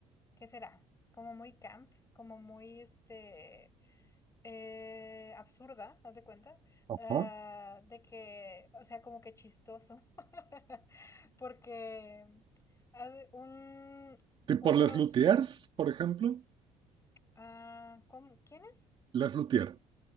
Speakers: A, on the left; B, on the right.
A: ¿qué será? Como muy camp, como muy, este eh, absurda, haz de cuenta,
B: Ajá.
A: ah, de que, o sea, como que chistoso, <laughs> porque haz de- un,
B: Tipo
A: unos,
B: Les Luthiers, por ejemplo.
A: ah, ¿cómo? ¿Quiénes?
B: Les Luthier.